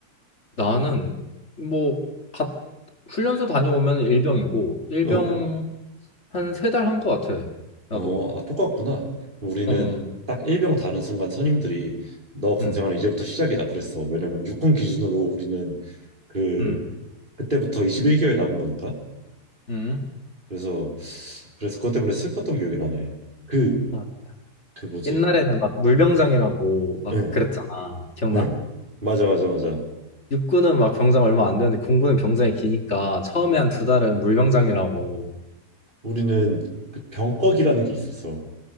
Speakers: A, on the left; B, on the right.
A: 나는 뭐 갓, 훈련소 다녀오면 일병이고 일병
B: 어,
A: 한 세 달 한 것 같아. 나도.
B: 어, 아, 똑같구나. 우리는
A: 어, 어.
B: 딱 일병 다는 순간 선임들이 너 군생활
A: 음,
B: 이제부터 시작이다 그랬어. 왜냐면 육군 기준으로 우리는 그
A: 음,
B: 그때부터 21개월 남은 거니까.
A: 음.
B: 그래서 그래서 그것 때문에 슬펐던 기억이 나네. 그
A: 아,
B: 그 뭐지?
A: 옛날에는 막 물병장이라고
B: 응.
A: 막
B: 응.
A: 그랬잖아. 기억나?
B: 네. 맞아, 맞아, 맞아.
A: 육군은 막 병장 얼마 안 되는데 공군은 병장이 기니까
B: 응.
A: 처음에 한 두 달은 물병장이라고.
B: 우리는 그 병꺽이라는 게 있었어.